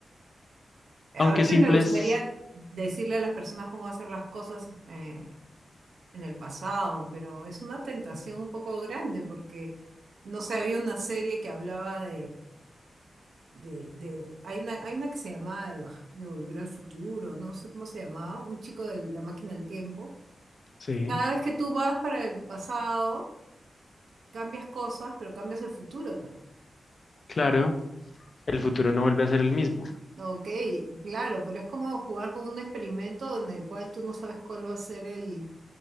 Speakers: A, on the right; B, on the left.
A: Eh,
B: Aunque
A: A veces
B: simples,
A: me gustaría decirle a las personas cómo hacer las cosas eh, en el pasado, pero es una tentación un poco grande porque, no sé, había una serie que hablaba de, de- hay una, hay una que se llama de, Baj- de Volver al Futuro, no sé cómo se llamaba, un chico de la máquina del tiempo.
B: sí,
A: Cada vez que tú vas para el pasado, cambias cosas, pero cambias el futuro también.
B: claro, el futuro no vuelve a ser el mismo,
A: Ok, claro, pero es como jugar con un experimento en el cual tú no sabes cuál va a ser el,